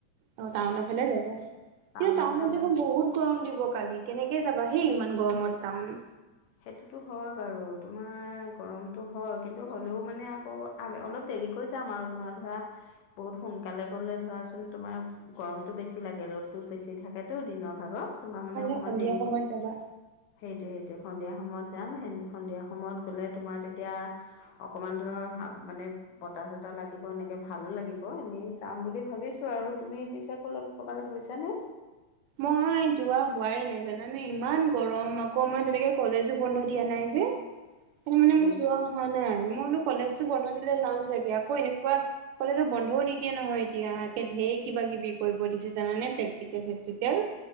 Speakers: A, on the right; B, on the left.
A: অ' টাউনৰ ফালে যাবা কিন্তু
B: টাউনৰ
A: টাউনত
B: ফালে
A: দেখোন বহুত গৰম দিব কালি কেনেকে যাবা হেই ইমান গৰমত টাউন।
B: সেইটোতো হয় বাৰু তোমাৰ গৰমটো হয় কিন্তু হ'লেও মানে আকৌ অলপ দেৰিকৈ যাম আৰু তোমাৰ ধৰা। বহুত সোনকালে গ'লে ধৰাচোন তোমাৰ গৰমটো বেছি লাগে ৰ'দটো বেছি থাকেতো দিনৰ ভাগত। তোমাৰ মানে
A: অ
B: অকমান
A: সন্ধিয়া
B: দেৰিকো
A: সময়ত যাবা।
B: সেইটো সেইটো সন্ধিয়া সময়ত যাম স সন্ধিয়া সময়ত গ'লে তোমাৰ তেতিয়া অকমান ধৰ আগমানে। বতাহ চতাহ লাগিব, এনেকে ভালো লাগিব, এনেই যাম বুলি ভাবিছোঁ আৰু তুমি পিছে কলৈ ক'বালৈ গৈছানে?
A: মই যোৱা হোৱাই নাই জানানে। ইমান গৰম আকৌ মই তেনেকে কলেজো বন্ধ দিয়া নাই যে।
B: <inaudible>
A: সেইকাৰনে মানে
B: সেইটো
A: মোৰ যোৱা হোৱা নাই, মোৰ বোলো কলেজতো বন্ধ দিলে যাম চাগে, আকৌ এনেকুৱা। কলেজৰ বন্ধও নিদিয়ে নহয় এতিয়া, ধেৰ কিবা কিবি কৰিব দিছে জানানে প্ৰেক্টিকেল চেক তেতিয়া,